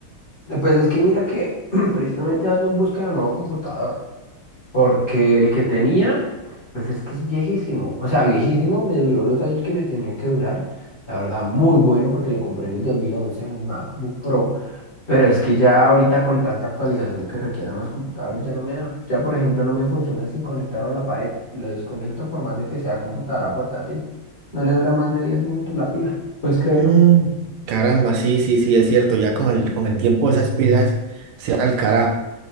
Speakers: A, on the left; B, on the right.
A: Eh, Pues es que mira que <clears throat> precisamente ando en busca de un nuevo computador, porque el que tenía, pues es que es viejísimo, o sea, viejísimo, me duró los años que me tenía que durar, la verdad, muy bueno porque lo compré en el 2011, un MacBook Pro, pero es que ya ahorita con tanta actualización que requieren los computadores ya no me da, ya por ejemplo no me funciona sin conectarlo a la pared, lo desconecto por más de que sea computadora portátil, no le dura más de 10 minutos la pila, ¿puedes creerlo?
B: Mm, caramba, sí, sí, sí, es cierto, ya con el, con el tiempo esas pilas se van al carajo.